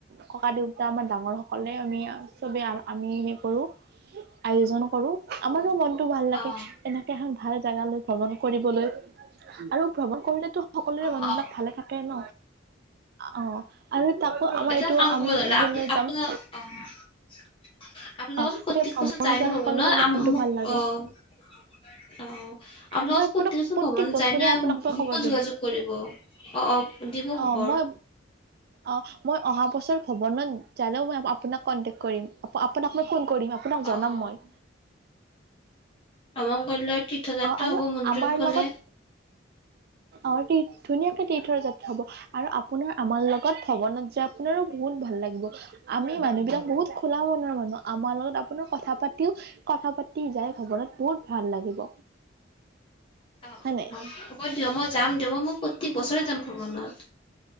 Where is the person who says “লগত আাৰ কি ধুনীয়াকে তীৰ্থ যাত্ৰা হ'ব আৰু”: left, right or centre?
Right